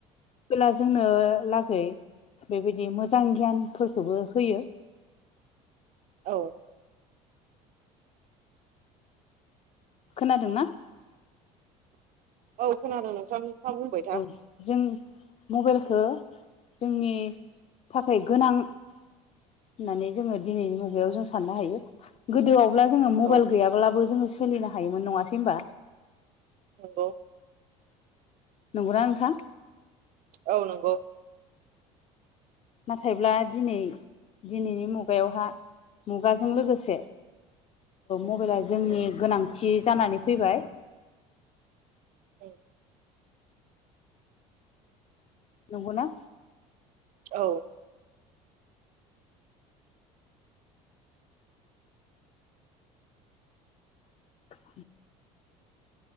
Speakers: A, on the left (about 35°); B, on the right (about 50°).
A: अब्ला जोंनो लागै बेबायदि मोजां गियानफोरखौबो होयो
B: औ
A: खोनादोंना?
B: औ खोनादों नोंथां बुंबाय था
A: औ जों मबाइलखो जोंनि थाखाय गोनां होननानै जोंङो दिनैनि मुगायाव जों साननो हायो गोदोआव अब्ला जोंङो मबाइल
B: औ
A: गैयाब्लाबो जोंङो सोलिनो हायोमोन नंङासै होनबा
B: नोंंगौ
A: नंगौना नोंथां
B: औ नंगौ
A: नाथायब्ला दिनै दिनैनि मुगायावहा मुगाजों लोगोसे मबाइल आ जोंनि
B: उम
A: गोनांथि जानानै फैबाय
B: <unintelligible>
A: नंगौना
B: औ
A: <inaudible>